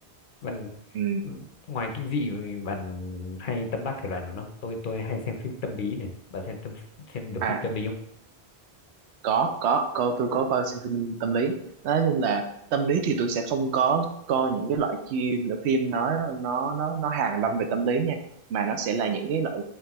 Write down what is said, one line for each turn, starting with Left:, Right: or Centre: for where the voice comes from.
Left: bạn
Right: ừ.
Left: ngoài kinh dị thì bạn hay tâm đắc thể loại nào không tôi tôi hay xem phim tâm lý này bạn xem tâm, xem được
Right: à
Left: phim tâm lý không
Right: có có coi tôi có coi xem phim tâm lý nói chung là tâm lý thì tôi sẽ không có coi những cái loại chi loại phim nó nó nó nó hàn lâm về tâm lý nha mà nó sẽ là những cái loại